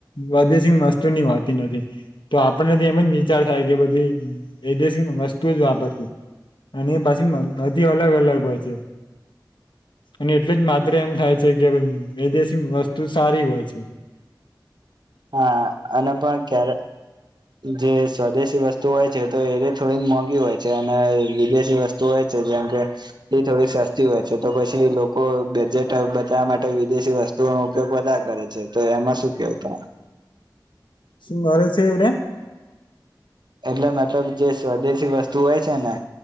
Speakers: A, on the left; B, on the right.
A: વાદ્યસિંહ માસ્તુર ની વાત નથી તો આપણને તો એમ જ વિચાર થાય કે બધી વૈદેશિક વસ્તુ જ વાપરીએ અને એ પાછી બધી અલગ અલગ હોય છે. અને એટલું જ માત્ર એમ થાય છે કે એદેશી વસ્તુ સારી હોય છે. <inaudible>
B: હા અને પણ ક્યારે જે સ્વદેશી વસ્તુ હોય છે તો એ થોડીક મોંઘી હોય છે અને વિદેશી વસ્તુ હોય છે. જેમકે એ થોડીક સસ્તી હોય છે તો પછી લોકો બજેટ બચાવવા માટે વિદેશી વસ્તુ ન ઉપયોગ વધારે કરે છે તો એમાં શું કેવ તમે.
A: શું મારે છે એને
B: એટલે મતલબ જે સ્વદેશી વસ્તુ હોય છે ને